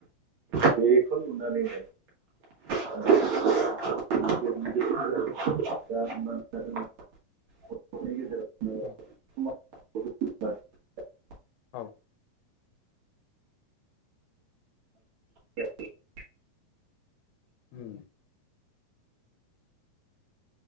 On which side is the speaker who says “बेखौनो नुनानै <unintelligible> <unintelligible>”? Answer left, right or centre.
Right